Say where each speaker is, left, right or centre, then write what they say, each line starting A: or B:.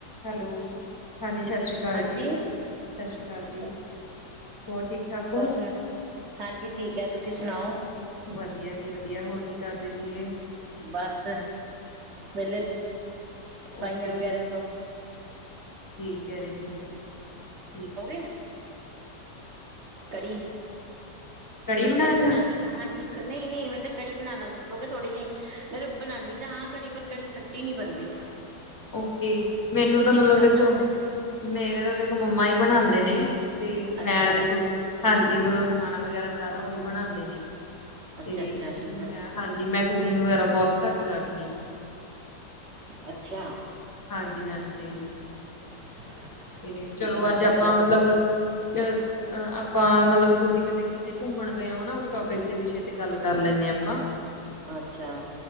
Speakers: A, on the left; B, on the right.
A: Hello ਹਾਂਜੀ, ਸਤਿ ਸ਼੍ਰੀ ਅਕਾਲ
B: ਹਾਂਜੀ
A: ਜੀ। ਸਤਿ ਸ਼੍ਰੀ ਅਕਾਲ ਜੀ, ਹੋਰ ਠੀਕ-ਠਾਕ ਓ?
B: ਹੋਰ ਸੁਣਾ ਹਾਂਜੀ ਠੀਕ ਐ, ਤੁਸੀਂ ਸੁਣਾਓ?
A: ਵਧੀਆ ਜੀ ਵਧੀਆ, ਹੋਰ ਕੀ ਕਰਦੇ ਸੀਗੇ?
B: ਬਸ ਵੇਹਲੇ ਸਫਾਈਆਂ
A: ਓਕੇ ਜੀ
B: ਵਗੈਰਾ ਦਾ।
A: ਠੀਕ ਐ ਜੀ ਠੀਕ ਐ।
B: ਹੋਗੇ ਕੜੀ, ਮੈਂ
A: ਬਣਾ
B: ਕੜੀ
A: ਰਹੇ
B: ਬਣਾਨੀ
A: ਹੋ
B: ਹਾਂਜੀ, ਨ‌ਈ-ਨ‌ਈ ਮੈਂ ਕਿਹਾ ਕੜੀ ਬਣਾਨਾ ਦੱਸੋਗੇ ਥੋੜੀ ਜੀ ਮੈਂ ਬਣਾਨੀ ਤਾਂ ਹਾਂ ਕੜੀ ਪਰ ਕੜੀ ਖੱਟ ਟੀ ਨੀ ਬਣਦੀ।
A: ਓਕੇ, ਮੈਨੂੰ
B: ਤੁਸੀਂ
A: ਤਾਂ ਮਤਲਬ
B: ਕਿੱਦਾਂ
A: ਦੇਖੋ
B: ਬਣਾਉਂਦੇ
A: ਮੇਰੇ ਤਾਂ ਦੇਖੋ ਮੰਮਾ ਹੀ ਬਣਾਦੇ ਨੇ। ਤੇ ਮੈਂ
B: ਅੱਛਾ
A: ਦੇਖੋ ਹਾਂਜੀ ਮਤਲਬ ਖਾਣਾ ਵਗੈਰਾ ਸਾਰਾ ਓਹੀ ਬਣਾਦੇ ਨੇ।
B: ਅੱਛਾ
A: ਤੇ
B: ਅੱਛਾ ਠੀਕ
A: ਮੈਂ
B: ਹੈ
A: ਹਾਂਜੀ ਮੈਂ ਕੂਕਿੰਗ ਵਗੈਰਾ ਬਹੁਤ ਘੱਟ ਕਰਦੀ ਆ।
B: ਅੱਛਾ।
A: ਹਾਂਜੀ-ਹਾਂਜੀ।
B: <inaudible>
A: ਤੇ
B: ਠੀਕ
A: ਚਲੋ
B: ਹੈ ਮੈਂ
A: ਅੱਜ
B: ਕਿਹਾ
A: ਆਪਾਂ
B: ਚਲੋ
A: ਮਤਲਬ ਅ ਅਹ ਆਪਾਂ ਮਤਲਬ ਤੁਸੀਂ ਕਦੇ ਕਿਤੇ ਘੁੰਮਣ ਗਏ ਓ ਹਨਾ ਓਸ ਟੋਪਿਕ ਦੇ ਵਿਸ਼ੇ ਤੇ ਗੱਲ ਕਰ ਲੈਨੇ ਆ ਆਪਾਂ।
B: ਅੱਛਾ।